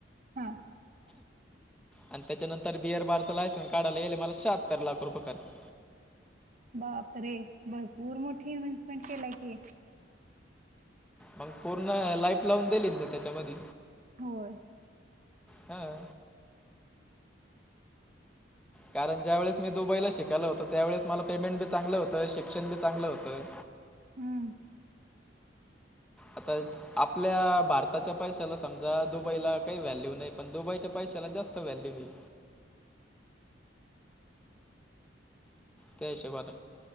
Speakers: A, on the right; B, in the centre.
A: हा
B: आणि त्याच्यानंतर बीअर बार चा लायसन्स काढायला येयेलए मला शहात्तर लाख रुपये खर्च.
A: बाप रे! भरपूर मोठी इन्व्हेस्टमेंट केलाय की.
B: मग पूर्ण लाईफ लावून दिली ना मी? त्याच्यामधी.
A: होय.
B: हा‌. कारण ज्या वेळेस मी दुबईला शिकायलं होतं त्यावेळे मला पेमेंट बी चांगल होतं, शिक्षण बी चांगलं होतं.
A: हम्म.
B: आत्ताच आपल्या भारताच्या पैशाला समजा दुबईला काही व्हॅल्यू नाही पण दुबईच्या पैशाला जास्त व्हॅल्यू आहे. त्या हिशोबानं,